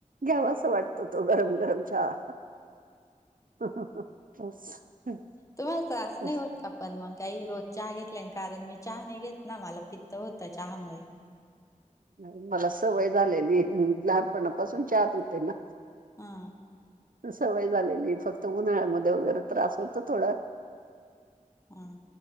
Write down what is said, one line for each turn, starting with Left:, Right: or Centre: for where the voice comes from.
Right: घ्याव असं वाटतं तो गरम गरम चहा <unintelligible>
Left: तुम्हाला त्रास नाही होत का पण मग काही रोज चहा घेतल्याने, कारण मी चहा नाही घेतना, मला पित्त होत चहामुळे
Right: नाही, मला सवय झालेली लहानपणा पासून चहा पिते ना
Left: हा
Right: सवय झालेली, फक्त उन्हाळ्यामध्ये वगैरे त्रास होत थोडं
Left: हम्म,